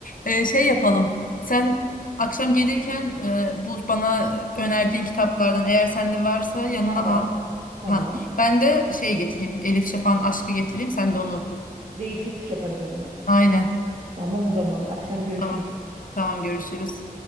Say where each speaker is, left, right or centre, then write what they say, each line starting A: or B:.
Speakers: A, on the left; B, on the right.
A: Ee, şey yapalım. Sen akşam gelirken e, bu bana önerdiğin kitaplardan eğer sende varsa yanına
B: var ver.
A: al.
B: Tamam.
A: Ha, ben de şey getireyim. Elif Şafak'ın Aşk'ı getireyim. Sen de onu oku.
B: Değiş tokuş yaparız o zaman.
A: Aynen.
B: Tamam o zaman. Akşam görüşürüz.
A: Tamam. Tamam görüşürüz.